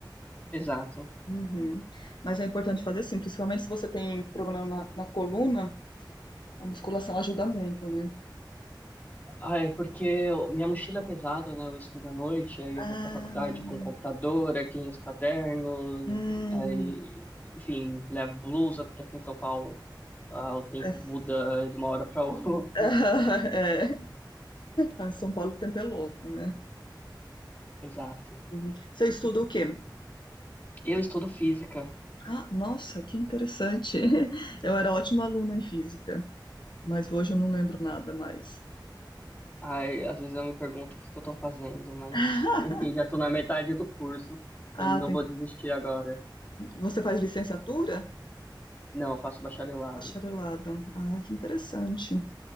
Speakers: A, on the left; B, on the left.
A: Exato.
B: Uhum. Mas é importante fazer assim, principalmente se você tem problema na, na coluna, a musculação ajuda muito, né?
A: Ah, é porque eu- minha mochila é pesada, né? Eu estudo à noite, aí
B: Ah,
A: eu vou pra faculdade com computador, aí tem os cadernos,
B: hum,
A: aí, enfim, levo blusa, porque aqui em São Paulo, ah, o tempo
B: é, f-
A: muda de uma hora pra <laughs> outra.
B: <laughs> é. Ah, São Paulo o tempo é louco, né?
A: Exato.
B: Uhum. Você estuda o quê?
A: Eu estudo física,
B: Ah, nossa, que interessante. <laughs> Eu era ótima aluna em física, mas hoje eu não lembro nada mais.
A: aí às vezes eu me pergunto o que que eu tô fazendo, mas,
B: <laughs>
A: enfim, já tô na metade do curso,
B: Ah,
A: eu não
B: tem...
A: vou desistir agora.
B: você faz licenciatura?
A: Não, eu faço bacharelado.
B: Bacharelado. Ah, que interessante,